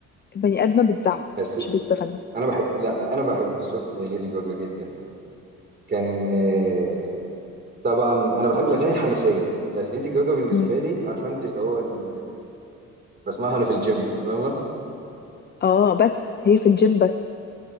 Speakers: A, on the left; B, on the right.
A: البني ادمة بتزعق
B: بس
A: مش بتغني
B: انا بحب لا انا بحب صوت ليدي جاجا جدا يعني كان آه، طبعا انا بحب الاغاني الحماسيه فليدي جاجا بالنسبه
A: مم.
B: لي عارفه انت اللي هو اللي بسمعها انا في الجيم فاهمه
A: اه بس هي في الجيم بس